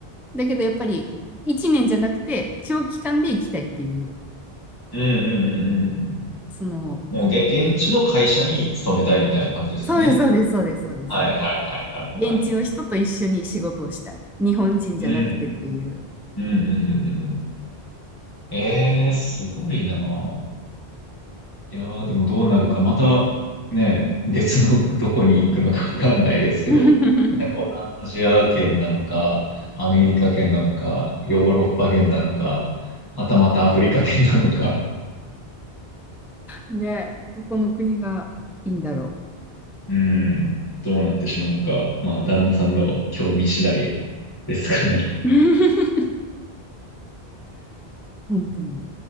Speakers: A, in the centre; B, on the left.
A: だけどやっぱり、1年じゃなくて、長期間で行きたいっていう、
B: うんうんうんうんうん。
A: その、
B: もうげ、
A: その思いが。
B: 現地の会社に勤めたいみたいな感じですよね。
A: そうです、そうです、そうです、そうです、
B: はいはいはいはいはい。
A: そうです。現地の人と一緒に仕事をしたい。日本人じゃなくてっていう。
B: うんうんうんうんうんうんうん。ええすごいなぁ。いやー、でもどうなるか、またね、別のどこに行くのかわかんないですけど、
A: <laughs>
B: なんかアジア圏なのか、アメリカ圏なのか、ヨーロッパ圏なのか、はたまたアフリカ圏なのか、
A: ね、どこの国がいいんだろ
B: うん、どうなってしまうのか、まあ、旦那さんの興味次第ですかね。
A: う。<laughs> 本当に。